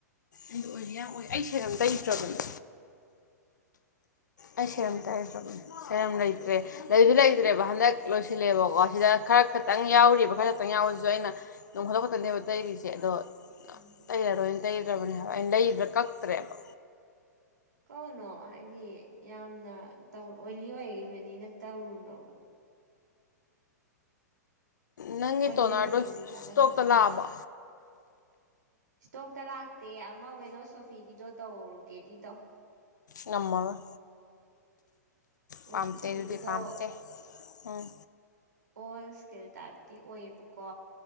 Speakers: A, on the left; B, on the right.
A: ꯑꯩꯁꯨ ꯑꯣꯏꯜꯂꯤ ꯌꯥꯝ ꯑꯣꯏ ꯑꯩ ꯁꯦꯔꯝ ꯇ꯭ꯩꯗꯔꯕꯅꯦ ꯑꯩ
B: ꯇꯩꯔꯨꯅꯨ
A: ꯁꯦꯔꯝ ꯇꯩꯗꯔꯕꯅꯦ ꯁꯦꯔꯝ ꯂꯩꯇ꯭ꯔꯦ ꯂꯩꯁꯨ ꯂꯩꯇ꯭ꯔꯦꯕ ꯍꯟꯗꯛ ꯂꯣꯏꯁꯤꯜꯂꯦꯕꯀꯣ ꯁꯤꯗ ꯈꯔ ꯈꯛꯇꯪ ꯌꯥꯎꯔꯤꯕ ꯈꯔ ꯈꯛꯇꯪ ꯌꯥꯎꯕꯁꯤꯁꯨ ꯑꯩꯅ ꯅꯣꯡꯐꯥꯗꯣꯛ ꯈꯛꯇꯅꯦꯕ ꯇꯩꯔꯤꯁꯦ ꯑꯗꯣ
B: ꯎꯝ
A: ꯇꯩꯔꯔꯣꯏꯅ ꯇꯩꯗ꯭ꯔꯕꯅꯦꯕ ꯑꯩ ꯂꯩꯗ꯭ꯔꯦ ꯀꯛꯇ꯭ꯔꯦꯕ
B: ꯀꯛꯎꯅꯣ ꯍꯥꯏꯗꯤ ꯌꯥꯝꯅ ꯇꯧ ꯑꯣꯏꯜꯂꯤ ꯑꯣꯏꯔꯤꯕꯅꯤꯅ ꯇꯧꯔꯨꯅꯣ
A: ꯅꯪꯒꯤ
B: ꯑꯣꯏꯂꯤ
A: ꯇꯣꯅꯔꯗꯣ
B: ꯑꯣꯏꯕꯗꯗꯤ ꯆꯥꯟꯅꯗꯕꯅꯦ
A: ꯏꯁꯇꯣꯛꯇ ꯂꯥꯛꯑꯕꯣ
B: ꯏꯁꯇꯣꯛꯇ ꯂꯥꯛꯇꯦ ꯑꯃ ꯋꯦꯂꯣꯁꯣꯐꯤꯒꯤꯗꯣ ꯇꯧꯒꯦꯗꯤ ꯇꯧ
A: ꯉꯝꯃꯔꯣꯏ
B: ꯋꯦꯂꯣ
A: ꯄꯥꯝꯇꯦ
B: ꯁꯣꯐꯤꯒꯤꯗꯣ
A: ꯑꯗꯨꯗꯤ ꯄꯥꯝꯇꯦ ꯎꯝ
B: ꯑꯣꯜ ꯏꯁꯀꯤꯜ ꯇꯥꯏꯞꯇꯤ ꯑꯣꯏꯌꯦꯕꯀꯣ